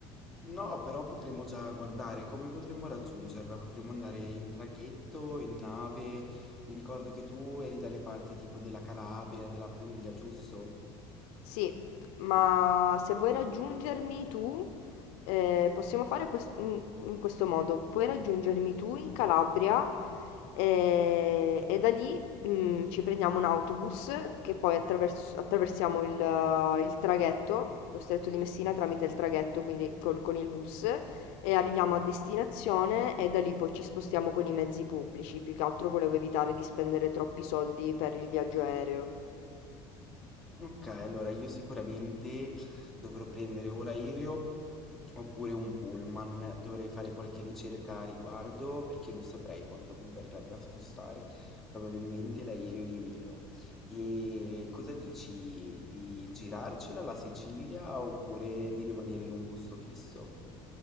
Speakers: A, in the centre; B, on the left (about 70°).
A: No, però potremmo già guardare come potremmo raggiungerla. Potremmo andare in traghetto, in nave. Mi ricordo che tu eri dalle parti tipo della Calabria, della Puglia, giusto?
B: Sì, ma se vuoi raggiungermi tu, eh, possiamo fare quest- in, in questo modo. Puoi raggiungermi tu in Calabria eh, e da lì mm, ci prendiamo un autobus che poi attravers- attraversiamo il, eh, il traghetto, lo stretto di Messina tramite il traghetto, quindi col- con il bus, e arriviamo a destinazione e da lì poi ci spostiamo con i mezzi pubblici. Più che altro volevo evitare di spendere troppi soldi per il viaggio aereo.
A: Ok, allora io sicuramente dovrò prendere o l'aereo oppure un pullman, dovrei fare qualche ricerca a riguardo perché non saprei quanto mi verrebbe a costare, probabilmente l'aereo di meno. E cosa dici di girarcela la Sicilia oppure di rimanere in un posto fisso?